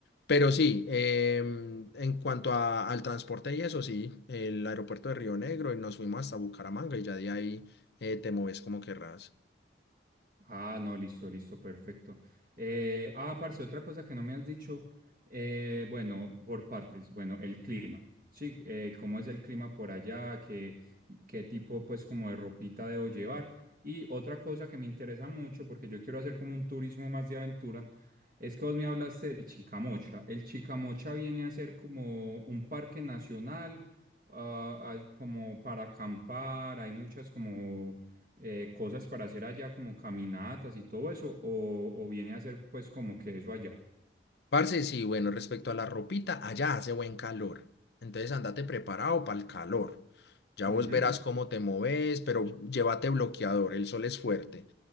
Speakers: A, on the left; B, on the right.
A: Pero sí, em, en cuanto a- al transporte y eso, sí, el aeropuerto de Río Negro y nos fuimos hasta Bucaramanga y ya de ahí eh, te mueves como querrás.
B: Ah, no, listo, listo, perfecto. Eh, ah, parce, otra cosa que no me has dicho, eh, bueno, por partes, bueno, el clima, sí, eh, cómo es el clima por allá, qué, qué tipo, pues, como de ropita debo llevar. Y otra cosa que me interesa mucho, porque yo quiero hacer como un turismo más de aventura, es que vos me hablaste del Chicamocha. El Chicamocha viene a ser como un parque nacional, ah, ah, como para acampar, hay muchas como eh, cosas para hacer allá, como caminatas y todo eso, o, o viene a hacer pues como que eso allá.
A: Parce, sí, bueno, respecto a la ropita, allá hace buen calor. Entonces andate preparado para el calor. Ya
B: Ujú.
A: vos verás cómo te moves, pero llévate bloqueador, el sol es fuerte.